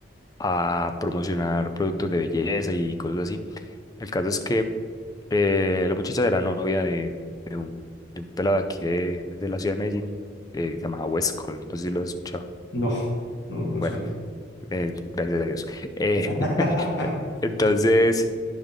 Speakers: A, on the left; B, on the left.
A: a promocionar productos de belleza y cosas así. El caso es que eh, la muchacha era novia de, de un, de un pelado de aquí de, de la ciudad de Medellín, eh, llamado Westcol, no sé si lo has escuchado.
B: No, no no me
A: Bueno,
B: suena.
A: eh, gracias a Dios. Eh,
B: <laughs>
A: <laughs> entonces,